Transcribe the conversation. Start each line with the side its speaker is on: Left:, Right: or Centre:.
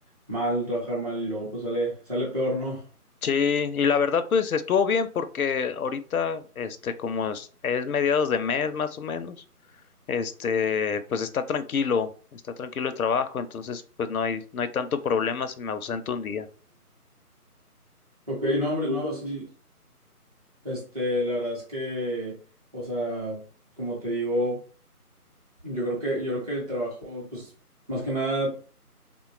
Right: mal, trabajar mal y luego pues sale, sale peor, ¿no?
Left: Sí, y la verdad pues estuvo bien porque ahorita, este, como es, es mediados de mes más o menos, este, pues está tranquilo, está tranquilo el trabajo, entonces pues no hay, no hay tanto problema si me ausento un día.
Right: Ok, no, hombre, no, sí. Este, la verdad es que, o sea, como te digo, yo creo que, yo creo que el trabajo, pues, más que nada.